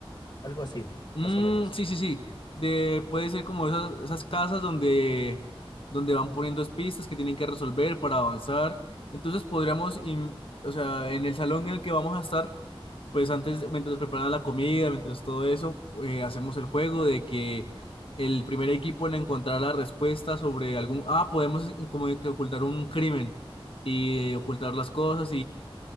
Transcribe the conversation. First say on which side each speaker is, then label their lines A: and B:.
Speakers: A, on the left (about 50°); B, on the left (about 65°).
A: algo así,
B: Mm,
A: más o menos.
B: sí, sí, sí. De, puede ser como esas, esas casas donde, donde van poniendo pistas que tienen que resolver para avanzar. Entonces podríamos, im- o sea, en el salón en el que vamos a estar, pues antes, mientras preparan la comida, mientras todo eso, eh, hacemos el juego de que el primer equipo en encontrar la respuesta sobre algún, ah, podemos eh, como que ocultar un crimen y ocultar las cosas